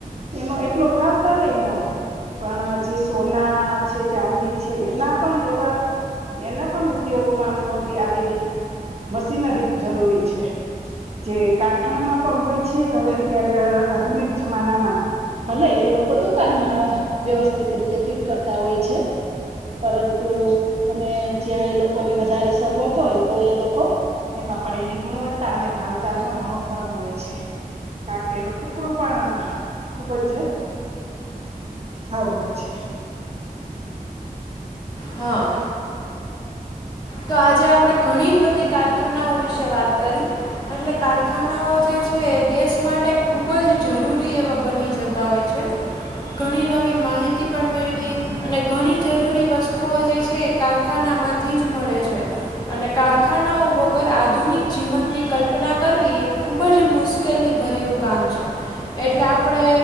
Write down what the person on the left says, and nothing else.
હા તો આજે આપણે ઘણી બધી કારખાનાઓ વિશે વાત કરી એટલે કારખાનાઓ જે છે છે દેશ માટે ખૂબ જ જરૂરી એવા બની જતા હોય છે ઘણી નવી માહિતી પણ મેળવી અને ઘણી જરૂરી વસ્તુઓ જે છે એ કારખાનામાંથી જ મળે છે અને કારખાનાઓ વગર આધુનિક જીવનની કલ્પના કરવી એ ખુબ જ મુશ્કેલી ભર્યું કામ છે એટલે આપણે